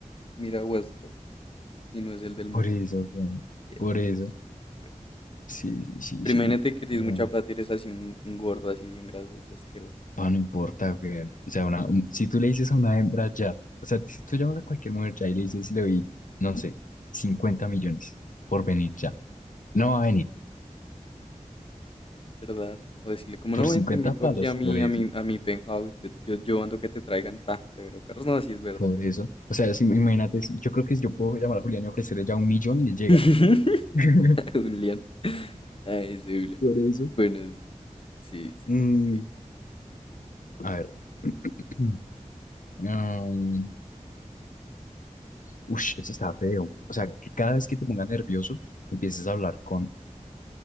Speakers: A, on the left; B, on the left.
A: mira Westcol y no es el del mundo.
B: Por eso, weón,
A: Sí, es
B: Por
A: verdad,
B: eso.
A: es verdad, es verdad.
B: Sí, sí,
A: Pero
B: sí, sí.
A: imagínate que tienes
B: No.
A: mucha plata y eres así un, un gordo, así bien grasoso, asqueroso.
B: Ah, no importa, güey. O sea, una, un- si tú le dices a una hembra ya, o sea, si tú llamas a cualquier mujer ya y le dices, le doy, no sé, 50 millones por venir ya. No va a venir.
A: ¿Verdad? O decirle, como
B: Por
A: no, ven,
B: cincuenta
A: te invito
B: palos,
A: aquí a mi,
B: por eso,
A: a mi, a mi penthouse. Yo, yo, yo ando que te traigan tan severo carros No, así es verdad.
B: por eso. O sea, si- imagínate, si- yo creo que yo puedo llamar a Julián y ofrecerle ya un millón y le llega.
A: <laughs>
B: <laughs>
A: Julián. Ay, ese Julián.
B: Por eso.
A: Bueno, sí, sí,
B: Mm,
A: sí, ok.
B: a ver. <clears throat> Um, ush, eso está feo. O sea, que cada vez que te pongas nervioso, empieces a hablar con